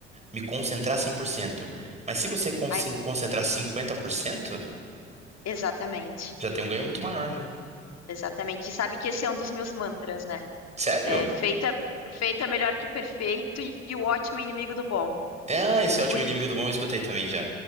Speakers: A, on the right; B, on the left.
A: me concentrar 100%. Mas se você conse-
B: Ai,
A: concentrar 50%,
B: exatamente.
A: já tem um ganho muito maior, já.
B: Exatamente. E sabe que esse é um dos meus mantras, né?
A: Sério?
B: É feita, feita melhor que perfeito e e o ótimo é inimigo do bom.
A: Ah, esse é ótimo
B: Porque,
A: inimigo do bom, eu escutei também já.